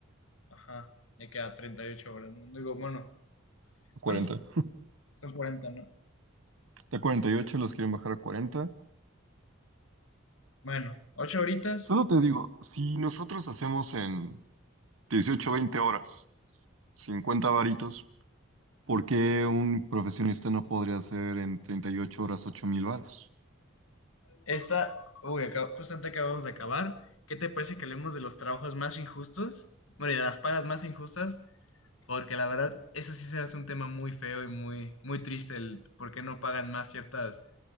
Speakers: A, on the left (about 75°); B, on the right (about 80°).
A: ajá, ya queda 38 horas, ¿no? Digo, bueno,
B: A 40.
A: ¿cuántos son cuarenta no?
B: De 48 los quieren bajar a 40.
A: Bueno, 8 horitas,
B: Solo te digo, si nosotros hacemos en 18, 20 horas, 50 varitos, ¿por qué un profesionista no podría hacer en 38 horas 8 mil varos?
A: Esta, uy, acab- justamente acabamos de acabar. ¿Qué te parece que hablemos de los trabajos más injustos? Bueno, y de las pagas más injustas, porque la verdad, eso sí se hace un tema muy feo y muy, muy triste, el por qué no pagan más ciertas,